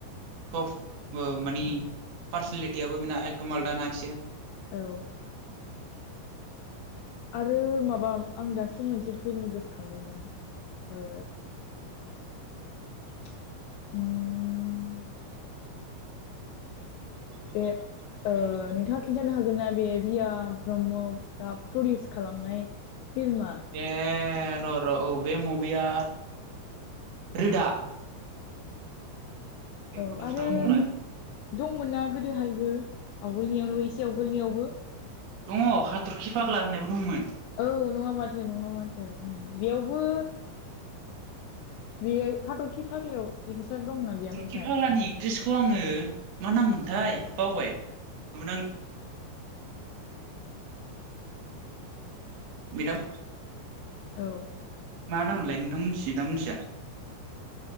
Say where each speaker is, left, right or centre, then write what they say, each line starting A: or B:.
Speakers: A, on the right; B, on the left.
A: टफ ओ मानानि पार्सनेलिटियाबो बे एखदम आलदा ना एसे
B: औ। आरो माबा आं दासिम मोनसे फिल्म गोसोखांदोंमोन ओ उम
A: <inaudible>
B: बे ओ नोंथाङा खिन्थानो हागोन ना बे रिया ब्रह्मआ ओ प्रडिउस खालामनाय फिल्मा
A: ए र' र' औ बे मुभिया रोदा। बे
B: औ
A: प्रडिउस
B: आरो
A: खालाम मावनाय
B: दंमोन ना गोदोहायबो आवगोलनियावनो एसे आवगोलनियावबो।
A: दङ हाथरखि फाग्ला होननायबो दंमोन।
B: औ नङा माथो नङा माथो उम बेयावबो बे हाथरखि फाग्लायाव देंसार दंना गैयामोनथाय
A: हाथरखि फागलानि एक्ट्रेसखौ आङो मा नाम मोन थाय बावबाय नुनां मेदाम
B: औ।
A: मा नाम मोनलाय नोंथां मिथियो ना मिथिया?